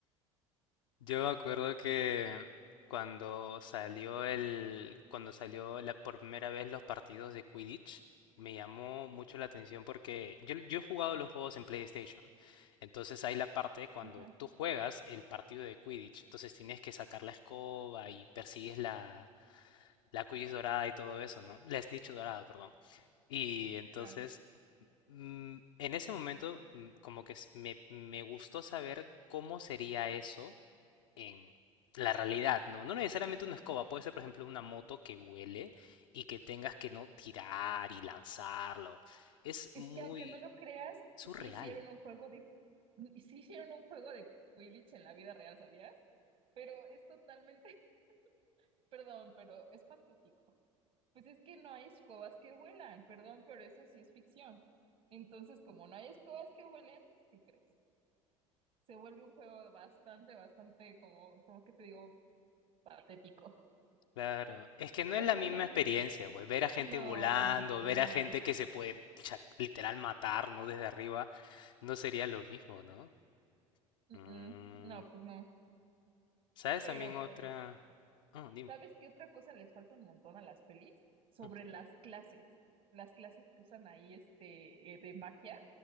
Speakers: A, on the left; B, on the right.
A: Yo me acuerdo que cuando salió el, cuando salió la por primera vez los partidos de Quidditch, me llamó mucho la atención porque yo, yo he jugado los juegos en PlayStation. Entonces hay la parte cuando
B: Ajá,
A: tú juegas el partido de Quidditch. Entonces tienes que sacar la escoba y persigues la, la Quidditch dorada y todo eso, ¿no? La Snitch dorada, Y entonces,
B: claro.
A: mm, en ese momento, mm, como que s- me, me gustó saber cómo sería eso en la realidad, ¿no? No necesariamente una escoba, puede ser, por ejemplo, una moto que huele y que tengas que no tirar y lanzarlo. Es
B: Es
A: muy
B: que aunque no lo creas,
A: surreal.
B: sí hicieron un juego de, sí hicieron un juego de Quidditch en la vida real, ¿sabías? Pero es totalmente Perdón, pero es patético. Pues es que no hay escobas que vuelan, perdón, pero eso sí es ficción. Entonces, como no hay escobas que vuelen, pues, ¿qué crees? Se vuelve un juego bastante, bastante, como, como que te digo, patético.
A: Claro, es que no es
B: <laughs>
A: la misma experiencia, pues ver a gente
B: No,
A: volando,
B: obviamente no.
A: ver a gente que se puede cha- literal matar, ¿no? Desde arriba, no sería lo mismo, ¿no?
B: Mm,
A: Mm.
B: mm. No, pues no.
A: ¿Sabes
B: Pero
A: también otra?
B: pues.
A: Oh, dime.
B: ¿Sabes qué otra cosa les falta un montón a las pelis? Sobre
A: Mm,
B: las clases, las clases que usan ahí este, eh, de magia.